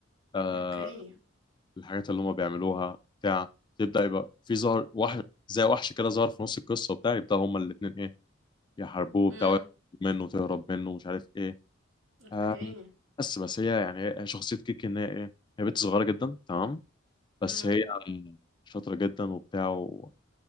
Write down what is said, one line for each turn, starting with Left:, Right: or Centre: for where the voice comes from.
Left: آه،
Right: اوكي
Left: الحاجات اللي هم بيعملوها بتاع تبدأ يبقى في ظهر وحش زي وحش كده ظهر في نص القصة وبتاع يبدأ هما الاتنين ايه يحاربوه
Right: امم
Left: بتاع ويهرب منه تهرب منه مش عارف ايه
Right: اوكي
Left: آه بس بس هي يعني هي شخصية كيكي ان هي ايه هي بنت صغيرة جدا تمام بس
Right: امم
Left: هي شاطرة جدا وبتاع و...